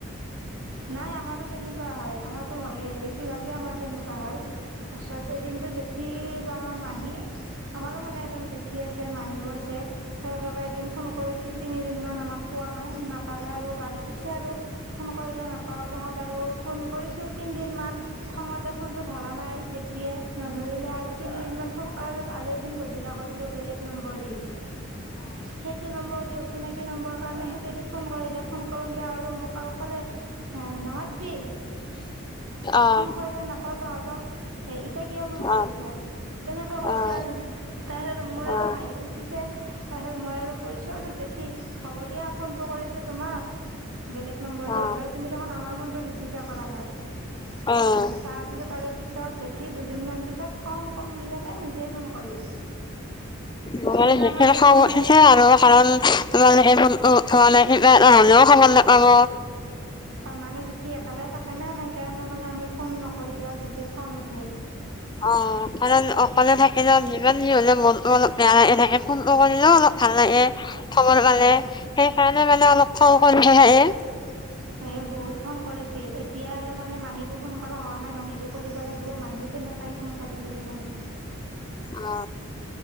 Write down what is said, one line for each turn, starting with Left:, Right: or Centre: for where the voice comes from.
Right: নাই আমাৰতো তেনেকুৱা হয়, আমাৰতো হয়েই বেছিভাগেই আমাৰ তেনেকুৱা হয়। তাৰপিছত এদিনটো জেঠী বা আমাৰ মাহী আমাৰো মানে এজন জেঠী আছে। মাহীও আছে তেওঁলোকে এদিন ফোন কৰিছিল। তিনিদিনমান আমাক পোৱা নাই। নাপালে আৰু গালি দিছে আৰু। ফোন কৰিলে নাপ পাওঁতে হাত আৰু ফোন কৰিছো তিনদিন মান। খঙতে ফোনতটো ধৰা নাই। উঠিয়ে নধৰিলে আৰু তিনিদিনমান ফোন কৰাত আৰু এদিন গধূলা কৰিলোঁ বেলেগ নম্বৰ দি। সেইটো নম্বৰ দি অচিনাকি নম্বৰৰ কাৰণে সেই যদি ফোন কৰিলে, ফোন কৰোঁতে আৰু মোক আৰু ক'লে নহাববি
Left: অ',
Right: ফোন কৰিলে নাপাওঁ তহঁতক। কিয় ফোন কৰিছ
Left: অ',
Right: তেনেকৈ কৈছে
Left: অ',
Right: আৰু তাৰপিছত মোৰ আৰু
Left: অ',
Right: হাঁহিও উঠিছে। তাৰপিছত মই আৰু কৈছো আৰু জেঠী হ'ব দিয়া ফোনটো কৰিছো তোমাক। বেলেগ নম্বৰ
Left: অ'।
Right: দি হলেও। তুমি দেখোন আমাৰ ফোনটো ৰিচিভে কৰা নাই তাৰপিছত
Left: অ',
Right: আৰু পিছত জেঠী দুদিনমান পিছত খং কমি পেলাই নিজেই ফোন কৰিল।
Left: <unintelligible>
Right: মানে আমাৰ জেঠি
Left: উঠিছে
Right: মানে
Left: আৰু কাৰণ ত কিয় ফোনটো উঠোৱা নাই <unintelligible> নহ'লেও খবৰ নাপাব
Right: হয় মানে জেঠী একেলাই থাকে না। সেইকাৰণে মানে আমি ফোন নকৰিলে জেঠীৰ খং উঠে।
Left: অ কাৰণ অকলে থাকিলেও যিমান যি হলে মনটো অলপ বেয়া লাগি থাকে। ফোনটো কৰিলেও অলপ ভাল লাগে। খবৰ
Right: হয়
Left: মানে সেইকাৰণে মানে অলপ <unintelligible>
Right: সেই বহুত খং কৰিছিল এতিয়া আৰু মানে মাহীকো ফোন কৰা হ নাই মাহীকো কৰিব লাগিব। মাহীও তেনেকুৱা এখন কৰিবই কিজানি।
Left: অ।